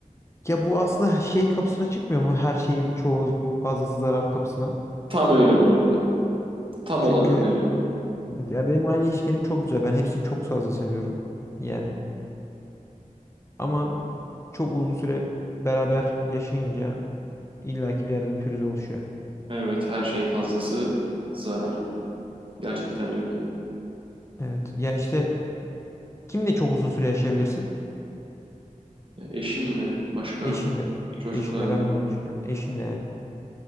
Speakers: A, on the left; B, on the right.
A: ya bu aslında şey kapısına çıkmıyor mu? Her şeyin çoğu fazlası zarar kapısına.
B: Tam öyle bu arada. Tam
A: Çünkü
B: olarak öyle.
A: ya benim aile ilişkilerim çok güzel. Ben hepsini çok fazla seviyorum. Yani ama çok uzun süre beraber yaşayınca illaki bir yerde bir pürüz oluşuyor.
B: Evet, her şeyin fazlası zarar. Gerçekten öyle.
A: Evet. Ya işte kimle çok uzun süre yaşayabilirsin?
B: Ya eşinle, başka
A: Eşinle.
B: çocuklarınla,
A: Eşinle ben de onu düşünüyorum. Eşinle yani.